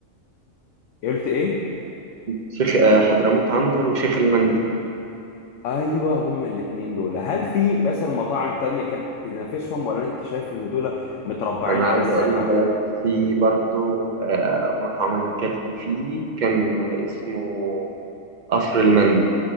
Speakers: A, on the left; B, on the right.
A: إيه قلت ايه
B: شيخ آه، حضرموت عنتر وشيخ المندي
A: ايوه هما الاتنين دول هل في مثلا مطاعم تانية كانت تنافسهم ولا انت شايف ان دول متربعين
B: انا
A: على
B: عايز
A: الساحة
B: اقول لك في برضو آه، مطعم انا اكلت فيه كان اسمه قصر المندي